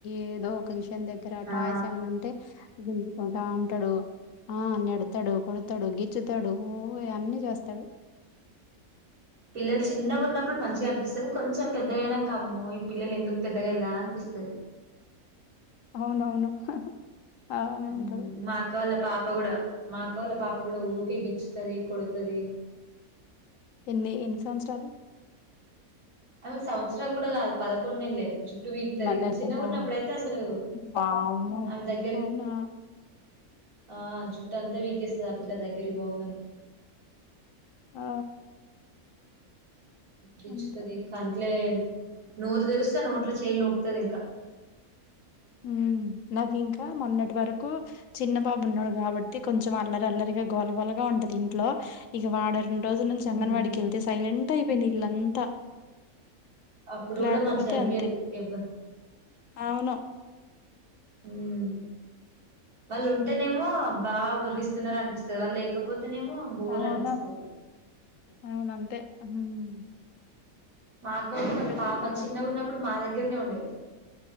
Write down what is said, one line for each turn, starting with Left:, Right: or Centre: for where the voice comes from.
Left: ఏదో ఒక విషయం దగ్గర టాయ్స్
Right: ఆ
Left: ఏమైన్నా ఉంటే గిల్లుతాడు ఆ అంటాడు ఆ నెడతాడు కొడతాడు గిచ్చుతాడు ఊ అన్నీ చేస్త స్తాడు
Right: పిల్లలు చిన్నగా ఉన్నప్పుడు మంచిగా అనిపిస్తది. కొంచెం పెద్దగైనాం కమ్మో ఈ పిల్లలు ఎందుకు పెద్దయ్యేలా అనిపిస్తది.
Left: అవునవును అలానే
Right: మ్మ్
Left: ఉంటది.
Right: మా అక్క వాళ్ళ పాప కూడా మా అక్క వాళ్ళ పాప కూడా ఊకే గిచ్చుతది కొడుతది
Left: ఎన్ని ఎన్ని సంవత్సరాలు.
Right: ఆమెకు సంవత్సరాలు కూడా కాదు. పదకొండు నెలలే జుట్టు పీకుతది
Left: నెలలా
Right: చిన్నగున్నప్పుడైతే అసలు
Left: వామ్మో
Right: ఆమె దగ్గ
Left: అవునా
Right: ఆ జుట్టు అంతా పీకేస్తది ఆ పిల్ల దగ్గరికి పోంగానే
Left: ఆ
Right: గిచ్చుతది
Left: అంతే
Right: కంట్లే నోరు తెరిస్తే నోట్ల చేయలు నూకుతది ఇంకా
Left: ఉ నాకు ఇంకా మొన్నటి వరకు చిన్న బాబు ఉన్నాడు కాబట్టి కొంచెం అల్లరి అల్లరిగా గోలగోలగా ఉంటది ఇంట్లో ఇక వాడు రెండు రోజుల నుంచి
Right: మ్మ్
Left: అంగన్వాడికి వెళ్తే సైలెంట్ అయిపోయింది ఇళ్లంతా
Right: అప్పుడు కూడా
Left: లేకపోతే
Right: మంచిగా అనిపియదు
Left: అంతే
Right: ఎవ్వ
Left: అవును
Right: హ్మ్ వాళ్ళు ఉంటేనేమో బా వర్రిస్తున్నారు అనిపిస్తది వాళ్ళు లేకపోతేనేమో బోరు
Left: అవును.
Right: అనిపిస్తది
Left: అవునంతే హ్మ్
Right: మాఅక్క ఉంటే వాళ్ళ
Left: ఇక
Right: పాప
Left: తప్పదు.
Right: చిన్నగా ఉన్నప్పుడు మా దగ్గరనే ఉండేది